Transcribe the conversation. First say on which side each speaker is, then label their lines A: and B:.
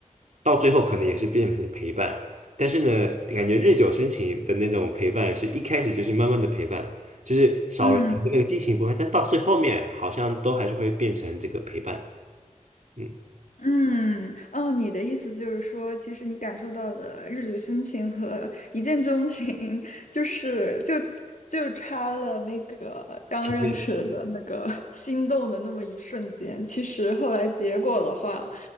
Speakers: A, on the right; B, on the left.
A: 到最后可能也是变成陪伴，但是呢，感觉日久生情的那种陪伴是一开始就是慢慢的陪伴了，就是少了前面那个激情部分，
B: 嗯。
A: 但到最后面好像都还是会变成这个陪伴，嗯，
B: 嗯，哦，你的意思就是说，其实你感受到的日久生情和一见钟情，就是就就差了那个刚认识的那个心动的那么一瞬间。
A: 前面。
B: 其实后来结果的话，